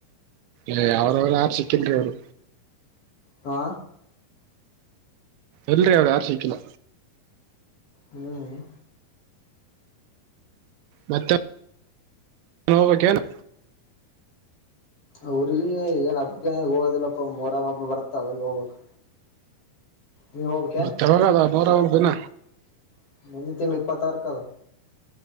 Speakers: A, on the right (about 85°); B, on the left (about 40°).
A: ಏ ಅವ್ರ ಅವ ಯಾರ್ ಸಿಕ್ಕಿಲ್ರಿ ಅವರು
B: ಹಾ
A: ಎಲ್ರಿ ಅವರು ಯಾರು ಸಿಕ್ಕಲ
B: ಹ್ಮ್
A: ಮತ್ತೆ ಹೋಗ್ಬೇಕು ಏನು
B: ಅವ್ರಿಗೆ ಏನ ಅಪ್ಪಗನ ಹೋಗೋದಿಲ್ಲಪ್ಪ ಮರಮ್ಮಪ್ಪ ಬರ್ತ ಅವ ಹೋಗ್ಬೇಕಕ್ ನೀವು ಹೋಗಬಕ್ಕೆ
A: ಮತ್ತೆ ಯಾವಾಗದ ಮೊಹರಂ ದಿನ
B: <inaudible> ಮುಂದಿನ ತಿಂಳ ಇಪ್ಪತ್ತಾರು ಕ ಆದೆ